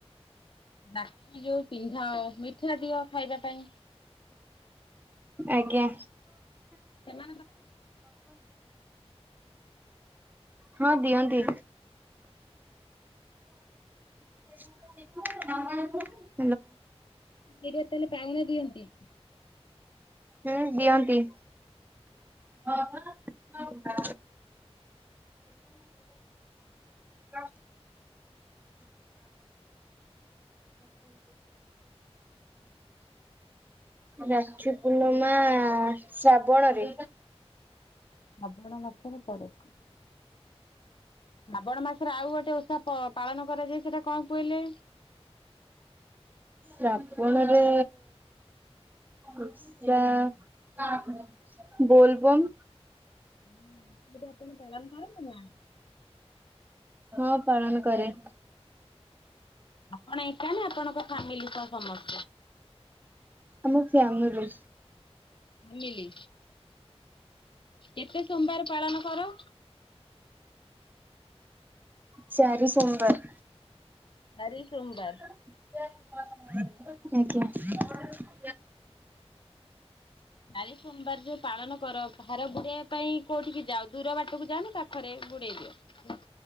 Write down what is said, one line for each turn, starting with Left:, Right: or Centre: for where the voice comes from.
Left: ରାଖୀ ଯୋଉ ପିନ୍ଧାଅ ମିଠା ଦିଅ ଖାଇବା ପାଇଁ
Right: ଆଜ୍ଞା।
Left: ସେମାନେ
Right: ହଁ ଦିଅନ୍ତି। <inaudible>
Left: ଏଇରିଆ ତାହେଲେ ପାଉଣା ଦିଅନ୍ତି।
Right: ହୁଁ ଦିଅନ୍ତି। ହଁ ପା <inaudible> <inaudible> ରାକ୍ଷୀ ପୁର୍ଣମା ଶ୍ରାବଣରେ।
Left: ଶ୍ରାବଣ ମାସରେ ପଡେ। ଶ୍ରାବଣ ମାସରେ ଆଉ ଗୋଟେ ଓଷା ପ ପାଳନ କରାଯାଏ ସେଇଟା କଣ କୁହିଲେ?
Right: ଶାବଣ ରେ ଓଷା ବୋଲବମ୍।
Left: ହୁଁ ଦିଦି ଆପଣ ପାଳନ କରନ୍ତି ନା।
Right: ହଁ ପାଳନ କରେ।
Left: ଆପଣ ଏକା ନା ଆପଣଙ୍କ ଫାମିଲି ସହ ସମସ୍ତେ।
Right: ଆମ ଫ୍ୟାମିଲି।
Left: ଫ୍ୟାମିଲି। କେତେ ସୋମବାର୍ ପାଳନ କର?
Right: ଚାରି ସୋମବାର୍।
Left: ଆରି ସୋମବାର୍।
Right: ଆଜ୍ଞା।
Left: ଚାରି ସୋମବାର୍ ଯୋଉ ପାଳନ କର ଭାର ବୁଡେଇବା ପାଇଁ କୋଉଠିକି ଯାଅ ଦୂର ବାଟକୁ ଯାଆନା ପା- ଖରେ ବୁଡ଼େଇ ଦିଅ।